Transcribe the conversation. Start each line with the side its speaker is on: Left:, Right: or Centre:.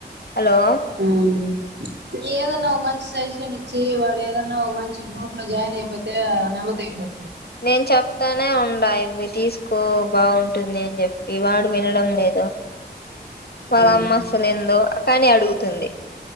Left: హలో
Right: ఉమ్ ఏదన్నా ఒ మంచి సజిషన్ ఇ చ్చి వాడు ఏదన్నా ఒక మంచి గ్రూప్ లో జాయిన్ అయిపోతే నెమక అయిపోత
Left: నేను చెప్తానే ఉండ ఇవి తీసుకో బాగుంటుంది అని చెప్పి వాడు వినడం లేదు
Right: ఉ
Left: వాల్లమ్మ అసలు ఇందు కానీ అడుగుతుంది